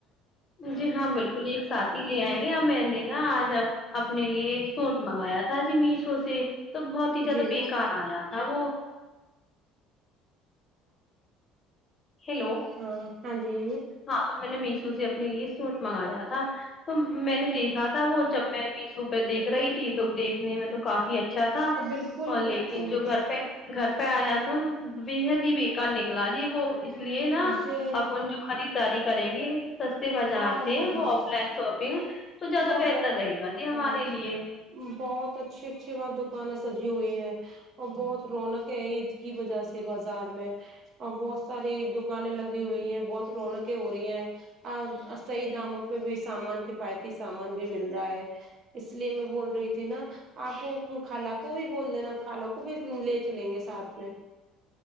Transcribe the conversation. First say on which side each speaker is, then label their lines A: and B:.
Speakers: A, on the left; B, on the right.
A: جی ہاں بالکل ایک ساتھی لے آئیں گے ا میں نے نا آج اب اپنے لیے ایک سوٹ منگایا تھا جی میشو سے تو بہت ہی زیادہ
B: جی
A: بےکار آیا تھا وہ ہیلو
B: <inaudible> ہاں جی
A: ہاں تو میں نے میشو سے اپنے لیے سوٹ منگایا تھا تو میں نے دیکھا تھا وہ جب میں میشو پہ دیکھ رہی تھی تو دیکھنے میں تو کافی اچھا تھا
B: بالکل
A: اور لیکن
B: بالکل
A: جو گھر پہ گھر پہ آیا تھا نا بے حد ہی بےیکار نکلا جی وہ اس لیے نا
B: جی
A: اب ان جو خریدداری کریں گے سستے بازار
B: ہاں
A: سے وہ
B: ہاں
A: آف لائن شاپنگ تو زیادہ
B: وہ
A: بہتر رہے گا جی ہمارے
B: بہت
A: لیے
B: اچھے اچھے دکانیں سجی ہوئی ہے اور بہت رونق ہے عید کی وجہ سے بازار میں اور بہت ساری دکانیں لگی ہوئی ہیں بہت رونقیں ہو رہی ہیں اور صحیح داموں پہ بھی سامان کفایتی سامان بھی مل رہا ہے اس لیے میں بول رہی تھی نا آپ خالہ کو بھی بول دینا خالہ کو بھی لے چلیں گے ساتھ میں